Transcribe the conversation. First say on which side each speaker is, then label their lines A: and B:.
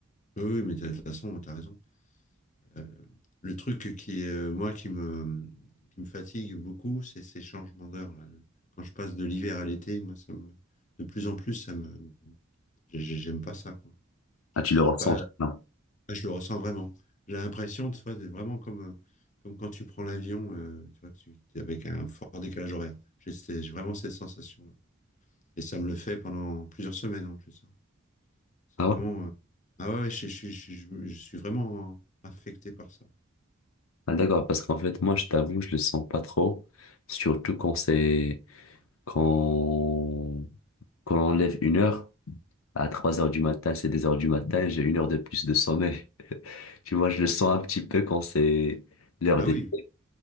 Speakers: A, on the left; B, on the left.
A: Oui, oui, mais t'as- de toute façon, t'as raison. Euh, le truc qui est euh, moi qui me qui me fatigue beaucoup, c'est ces changements d'heure. Là. Le- Quand je passe de l'hiver à l'été, moi, ça me, de plus en plus, ça me, j'ai- j'ai- j'aime pas ça. Quoi. Je
B: Ah, tu
A: suis
B: le ressens?
A: pas, là,
B: Non.
A: je le ressens vraiment. J'ai l'impression, tu vois, c'est vraiment comme, euh, comme quand tu prends l'avion, euh, tu vois, que tu es avec un fort décalage horaire. J'ai, ces- j'ai vraiment cette sensation-là. Et ça me le fait pendant plusieurs semaines en plus. hein. C'est
B: Ah
A: vraiment,
B: ouais?
A: euh, ah ouais, ouais, je, je- je- je- je suis vraiment affecté par ça.
B: Ah, d'accord, parce qu'en fait, moi, je t'avoue, je le sens pas trop, surtout quand c'est quand quand on lève une heure à 3 heures du matin, c'est des heures du matin, j'ai une heure de plus de sommeil. <laughs> Tu vois, je le sens un petit peu quand c'est l'heure
A: Ah
B: d'été,
A: oui.